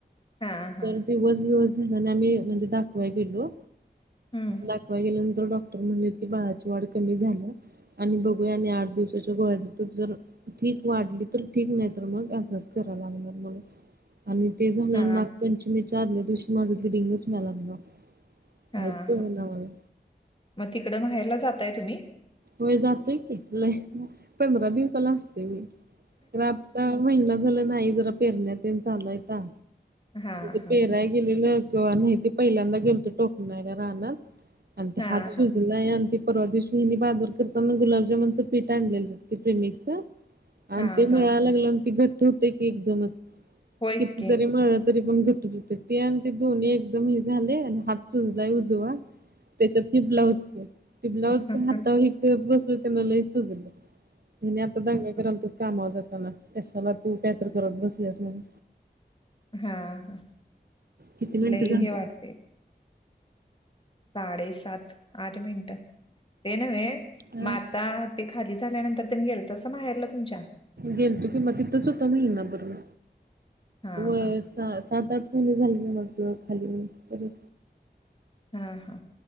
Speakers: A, on the left; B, on the right.
A: हां, हां.
B: तर दिवस दिव ने आम्ही म्हणजे दाखवा गेलो
A: हं.
B: दाखवा गेल्यानंतर डॉक् म्हणले की बाळाची वाढ कमी झाली. आणि बघूया आणि आठ दिवसाच्या गोळ्यात तर जर ठीक वाढली तर ठीक नाही. अस असं करायला लागणार आणी ते झालं
A: हां,
B: आणी नागपंचमी विचारल्या दिवशी माझं ब्लीडींग च व्यायला लागलं
A: हां,
B: कायच हो
A: हां.
B: नावाला
A: मग तिकडं माहेरला जाताय तुम्ही
B: होय जातोय की ल पंधरा दिवसाला असतेय मी महिना झाला नाही जरा पेरण्या तेन चालयता
A: हां,
B: ते
A: हां.
B: पेराय गेलेलं ्हा ते पहिल्यांदा गेलतो टोक नाहीला राह आणि ते
A: हां,
B: हात
A: हां.
B: शज ती परवा दिवशी हिनी बाजर करताना गुलाबजामनचं पीठ आणलेलं होते प्रीमिक्स च आणि
A: हां,
B: ते म्हळायला
A: हां.
B: लागलं ती घट्ट होते की एकदमच
A: होयच
B: किती
A: की.
B: जरी म्हळत तरी पण घटत होते ते आणि ते दोन्ही एकदम हे झाले आणि हात सुजलाय उजवा त्याच्यात ह ब्लाउज ते ब्लाऊज
A: हां,
B: हाता वर करत बसलं त्यांना लई सुजलं त्यानी आता दांगा
A: हां.
B: करालत कामावर जाताना कशाला तु काय तर करत बसलेस म्हणून
A: हा हा
B: किती मिनिटं
A: लई
B: झालं
A: हे वाटते साडेसात आठ मिनिट ते न्हे
B: हा
A: आता ते खाली झाल्यानंतर त्यांनी गेलं तसं माहेरलं तुमच्या?
B: गेल तु कि मग तिथंच होतो महिना भर मी
A: हां,
B: होय
A: हां.
B: सात आठ महिन झाले माज खाली होऊन
A: हा हा